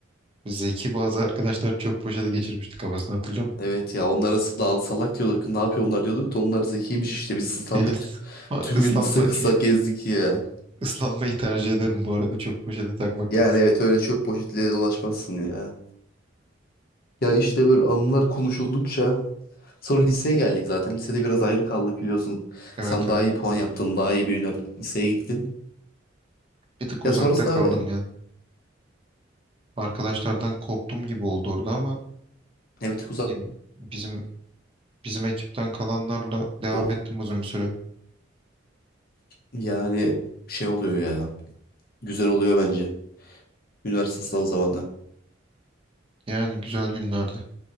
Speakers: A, on the right (about 30°); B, on the left (about 50°).
A: Zeki bazı arkadaşlar çöp poşeti geçirmişti kafasına hatırlıyor musun?
B: Evet ya onlara s- daha salak diyorduk. Ne yapıyor bunlar diyorduk da onlar zekiymiş işte. Biz
A: <laughs>
B: ıslandık.
A: Yani ama
B: Tüm
A: ıslanmayı,
B: gün ıslak
A: <laughs>
B: ıslak gezdik ya.
A: ıslanmayı tercih ederim bu arada çöp poşeti takmaktan.
B: Yani evet öyle çöp poşetiyle dolaşmazsın ya. Ya işte böyle anılar konuşuldukça sonra liseye geldik zaten. Lisede biraz ayrı kaldık biliyorsun.
A: Evet
B: Sen
A: evet.
B: daha iyi puan yaptın, daha iyi bir ünivers- liseye gittin.
A: Bir tık
B: Ya
A: uzakta
B: sonrasında
A: kaldım ya. Arkadaşlardan koptum gibi oldu orada ama
B: evet uzak
A: bileyim bizim bizim ekipten kalanlarla devam
B: o
A: ettim uzun bir süre.
B: yani şey oluyor ya. Güzel oluyor bence. Üniversite sınavı zamanı.
A: Yani güzel günlerdi.